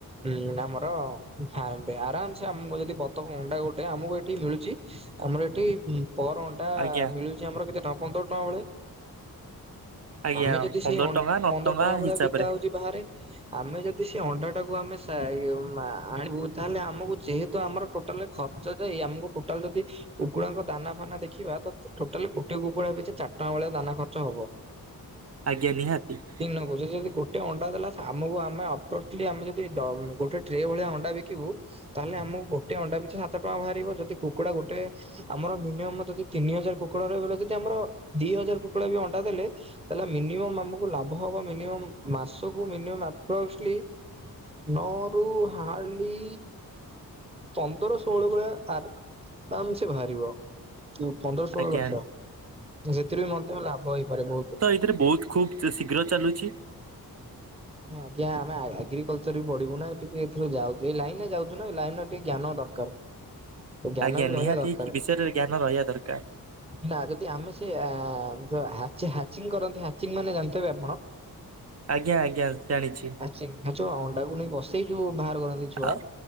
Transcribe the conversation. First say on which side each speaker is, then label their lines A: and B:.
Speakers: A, on the right (about 15°); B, on the right (about 45°).
A: ଉଁ ଆମର ଫା ଆରାମସେ ଆମକୁ ଯଦି ବତକ ଅଣ୍ଡା ଗୋଟେ ଆମକୁ ଏଠି ମିଳୁଚି ଆମର ଏଠି ପର୍ ଅଣ୍ଡା
B: ଆଜ୍ଞା
A: ମିଳୁଚି ଆମର କେତେ ଟଙ୍କା ପନ୍ଦର ଟଙ୍କା ଭଳିଆ।
B: ଆଜ୍ଞା
A: ଆମେ ଯଦି
B: ପନ୍ଦର
A: ସେଇ ଅଂ
B: ଟଙ୍କା ନଅ
A: ପନ୍ଦର ଟଙ୍କା ଭେଳିଆ
B: ହିସାବରେ
A: ବିକା ହୋଉଚି ବାହାରେ ଆମେ ଯଦି ସେ ଅଣ୍ଡାଟାକୁ ଆମେ ସାଇ ଉ ମା ଆଣିବୁ ତାହେଲେ ଆମକୁ ଯେହେତୁ ଆମର ଟୋ ଟାଲ ଖର୍ଚ ଯାଇ ଆମକୁ ଟୋଟାଲେ ଯଦି କୁକୁଡାଙ୍କ ଦାନା ଫାନା ଦେଖିବା ତ ଟୋଟାଲି ଗୋଟେ କୁକୁଡା ପିଛେ ଚାରି ଟଙ୍କା ଭଳିଆ ଦାନା ଖର୍ଚ୍ଚ ହବ।
B: ଆଜ୍ଞା ନିହାତି।
A: ଦିନକୁ ଯଦି ଏମିତି ଗୋଟେ ଅଣ୍ଡା ଦେଲା ଆମକୁ ଆମେ <unintelligible> ଆମେ ଯଦି ଡ ଗୋଟେ ଟ୍ରେ ଭଳିଆ ଅଣ୍ଡା ବିକିବୁ ତାହେଲେ ଆମକୁ ଗୋଟେ ଅଣ୍ଡା ପିଛା ସାତ ଟଙ୍କା ବାହାରିବ। ଯଦି କୁକୁଡା ଗୋଟେ ଆମର ମିନିମମ୍ ଯଦି ତିନି ହଜାର କୁକୁଡା ରହିଗଲା ଯଦି ଆମର ଦିଇ ହଜାର କୁକୁଡା ବି ଅଣ୍ଡା ଦେଲେ ତାହାଲେ ମିନିମମ୍ ଆମକୁ ଲାଭ ହବ ମିନିମମ୍ ମାସକୁ ମିନିୟମ ଆପ୍ରୋଜଲି ନରୁ ହାଡଲି ପନ୍ଦର ଷୋହଳ ଭଳିଆ <unintelligible> ଆରମସେ ବାହାରିବ। ପନ୍ଦର ଷୋହଳ
B: ଆଜ୍ଞା
A: ଲକ୍ଷ ସେଥିରୁ ବି ମଧ୍ୟ ଲାଭ ହେଇପାରେ ବୋହୁତ।
B: ଏଥିରେ ବୋହୁତ ଖୁବ୍ ଶି-ଶୀଘ୍ର ଚାଲୁଛି।
A: ଆଜ୍ଞା ଆମେ ଆ-ଆଗ୍ରିକଲଚର ବି ପଢିବୁ ନା ଟିକେ ଏଥିରୁ ଯାଉଚି ଏଇ ଲାଇନ୍ ରେ ଯାଉଚୁ ନା ଏଇ ଲାଇନ୍ ରେ ଟିକେ ଜ୍ଞାନ ଦରକାର। <inaudible>
B: ଆଜ୍ଞା
A: ବି
B: ନିହାତି
A: ରହିବା ଦରକାର
B: କି ବିଷୟରେ ଜ୍ଞାନ ରହିବା ଦରକାର।
A: ନାଁ ଯଦି ଆମେ ସେ ଆ ବ <unintelligible> ହାଚିଂ ହାଚିଂ କରନ୍ତି ହାଚିଂ ମାନେ ଜାଣିଥିବେ ଆପଣ?
B: ଆଜ୍ଞା ଆଜ୍ଞା ଜାଣିଛି।
A: ହାଚିଂ ହାଚ <unintelligible> ଅଣ୍ଡାକୁ ନେଇ ବସେଇକି ଯୋଉ ବାହାର କରନ୍ତି ଛୁଆ।
B: ଆଉ